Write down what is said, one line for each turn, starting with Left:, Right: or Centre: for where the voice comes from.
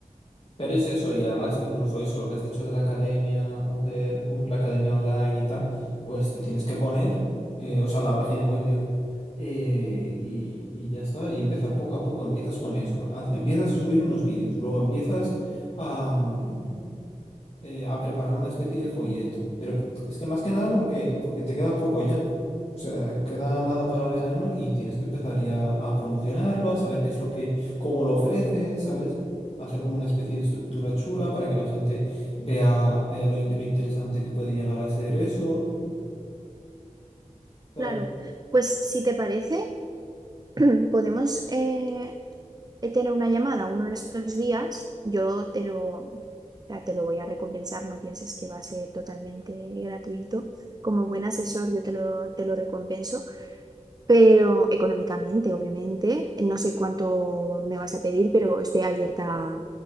Left: pero es eso, y además, incluso eso, lo que has dicho de la academia, hacer un- la academia online y tal, pues te tienes que poner, eh, o sea, la página web, digo, eh, y, y ya está, y empezar poco a poco. Empiezas con eso, haz- empiezas a subir unos vídeos, luego empiezas a. mm, eh, a preparar una especie de folleto. Pero es que más que nada porque, porque te queda poco ya. O sea, queda nada para verano y tienes que empezar ya a promocionarlo, a saber qué es lo que, cómo lo ofreces, ¿sabes? Hacer como una especie de estructura chula para que la gente vea, vea lo, in- lo interesante que puede llegar a ser eso, ¿sabes?
Right: claro. Pues si te parece, <clears throat> podemos eh, tener una llamada uno de estos días. Yo te lo, o sea, te lo voy a recompensar, no pienses que va a ser totalmente gratuito. Como buen asesor, yo te lo, te lo recompenso. Pero económicamente, obviamente, no sé cuánto me vas a pedir, pero estoy abierta a,